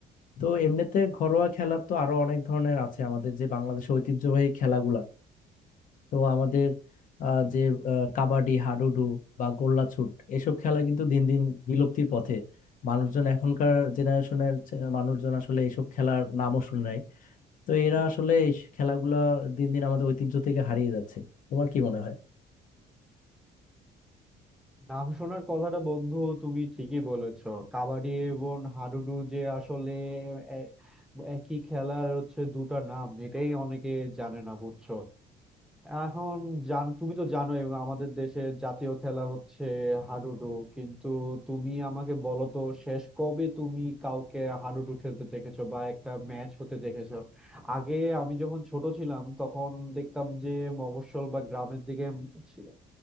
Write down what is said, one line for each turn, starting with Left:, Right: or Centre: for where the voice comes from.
Left: তো এমনিতে ঘরোয়া খেলা তো আরো অনেক ধরনের আছে আমাদের যে বাংলাদেশের ঐতিহ্যবাহী খেলাগুলা তো আমাদের আহ, যে আহ, কাবাডি হাডুডু বা গোল্লাছুট এসব খেলা কিন্তু দিন দিন বিলুপ্তির পথে মানুষজন এখনকার জেনারেশনের মানুষজন আসলে এইসব খেলার নামও শুনে নাই তো এরা আসলে এই খেলাগুলা দিন দিন আমাদের ঐতিহ্য থেকে হারিয়ে যাচ্ছে তোমার কি মনে হয়
Centre: নাম শোনার কথাটা বন্ধু তুমি ঠিকই বলেছো কাবাডি এবং হাডুডু যে আসলে এ- একই খেলার হচ্ছে দুটো নাম এটাই অনেকে জানে না বুঝছো এখন জান তুমি তো জানোই আমাদের দেশের জাতীয় খেলা হচ্ছে হাডুডু কিন্তু তুমি আমাকে বলো তো শেষ কবে তুমি কাউকে হাডুডু খেলতে দেখেছো বা একটা ম্যাচ হতে দেখেছো আগে আমি যখন ছোট ছিলাম তখন দেখতাম যে মফস্বল বা গ্রামের দিকে ছিল